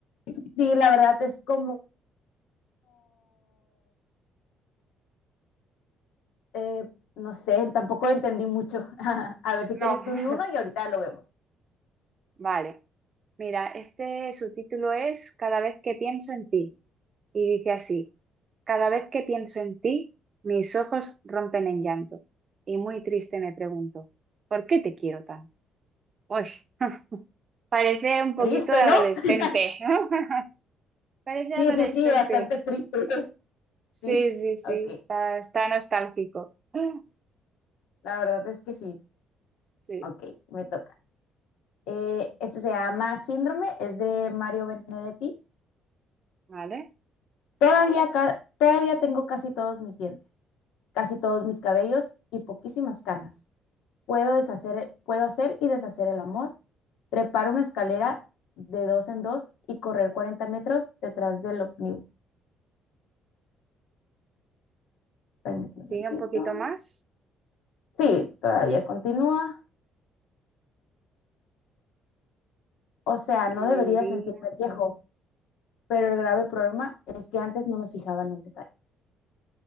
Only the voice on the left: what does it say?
sí, sí, la verdad es como... Eh, no sé, tampoco entendí mucho. <laughs> A ver si quieres
tú di uno y ahorita lo vemos.
Triste,
¿no? <laughs>
Sí, sí, sí, bastante triste. <laughs>
Sí,
ok.
La verdad es que sí.
Ok, me toca. Eh, este se llama Síndrome, es de Mario Benedetti.
Todavía, ca- todavía tengo casi todos mis dientes, casi todos mis cabellos y poquísimas canas. Puedo deshacer, puedo hacer y deshacer el amor, trepar una escalera de dos en dos y correr 40 metros detrás del ómnibus. Permíteme
un
tantito.
Sí, todavía continúa. O sea,
no debería
sentirme viejo, pero el grave problema es que antes no me fijaba en los detalles.